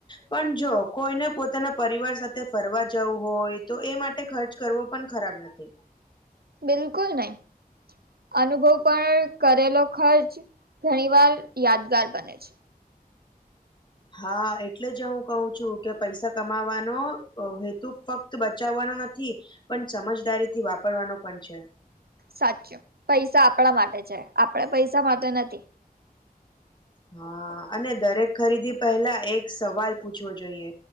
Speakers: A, on the left (about 30°); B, on the right (about 85°).
A: પણ જો કોઈને પોતાના પરિવાર સાથે ફરવા જવું હોય તો એ માટે ખર્ચ કરવો પણ ખરાબ નથી.
B: બિલકુલ નહી. અનુભવ પણ કરેલો ખર્ચ ઘણી વાર યાદગાર બને છે.
A: હા એટલે જ હું કહું છું કે પૈસા કમાવાનો હેતુ ફક્ત તો બચાવવાનો નથી પણ સમજદારી થી વાપરવાનો પણ છે.
B: સાચું પૈસા આપણા માટે છે આપડે પૈસા માટે નથી.
A: હા અને દરેક ખરીદી પહેલા એક સવાલ પૂછવો જોઈએ.